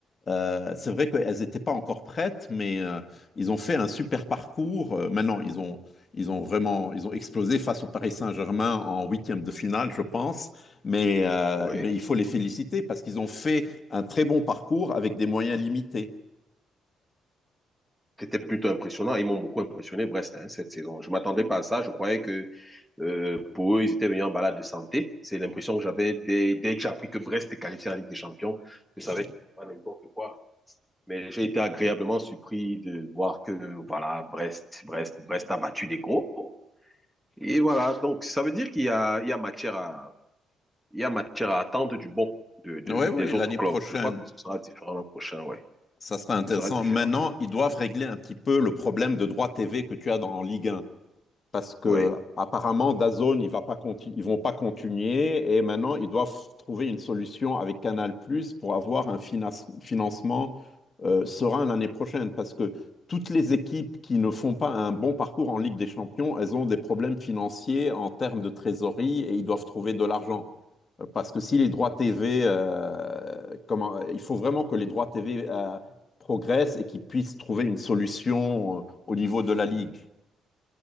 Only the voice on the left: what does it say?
euh, c'est vrai qu'elles n'étaient pas encore prêtes, mais euh, ils ont fait un super parcours. Euh, maintenant, ils ont, ils ont vraiment, ils ont explosé face au Paris Saint-Germain en huitième de finale, je pense. Mais euh,
eh bien, il faut les féliciter parce qu'ils ont fait un très bon parcours avec des moyens limités.
Oui, oui,
l'année
prochaine.
Ça serait intéressant.
Maintenant, ils doivent régler un petit peu le problème de droit TV que tu as dans, en Ligue 1 parce que
apparemment DAZN il va pas conti- ils vont pas continuer et maintenant ils doivent trouver une solution avec Canal+ pour avoir un finance- financement euh, serein l'année prochaine parce que toutes les équipes qui ne font pas un bon parcours en Ligue des Champions, elles ont des problèmes financiers en termes de trésorerie et ils doivent trouver de l'argent. Euh, Parce que si les droits TV, euh, comment, il faut vraiment que les droits TV euh, progressent et qu'ils puissent trouver une solution euh, au niveau de la Ligue.